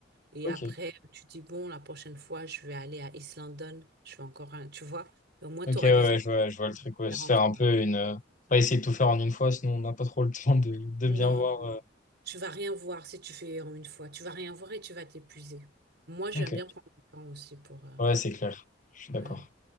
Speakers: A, on the right; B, on the left.
A: Et
B: ok.
A: après, tu dis, bon, la prochaine fois, je vais aller à East London. Je fais encore un, tu vois. Et au moins, tu
B: Ok,
A: auras
B: ouais,
A: des
B: ouais,
A: envies
B: je vois, je vois le truc. Ouais,
A: différentes,
B: se faire un
A: quoi.
B: peu une, euh, pas essayer de tout faire en une fois, sinon on n'a pas trop le <laughs> temps de, de
A: Non,
B: bien voir. euh.
A: tu vas rien voir si tu fais en une fois. Tu vas rien voir et tu vas t'épuiser. Moi, j'aime
B: Ok.
A: bien prendre le temps aussi pour euh,
B: Ouais, c'est clair. Je suis d'accord.
A: ouais,